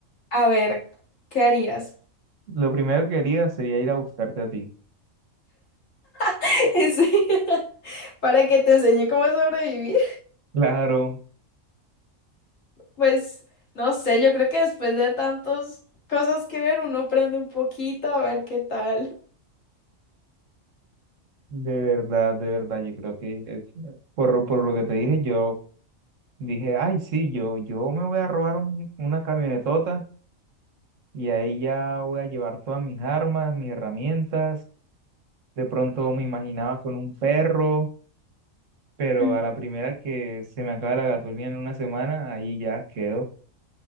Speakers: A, on the left; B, on the right.
A: A ver, ¿qué harías?
B: Lo primero que haría sería ir a buscarte a ti.
A: <laughs> En serio, <laughs> Para que te enseñe cómo sobrevivir.
B: Claro,
A: Pues no sé, yo creo que después de tantas cosas que ver, uno aprende un poquito a ver qué tal.
B: de verdad, de verdad, yo creo que eh, por, por lo que te dije, yo dije, ay, sí, yo, yo me voy a robar un- una camionetota y ahí ya voy a llevar todas mis armas, mis herramientas. De pronto me imaginaba con un perro, pero
A: Mm.
B: a la primera que se me acaba la gasolina en una semana, ahí ya quedo,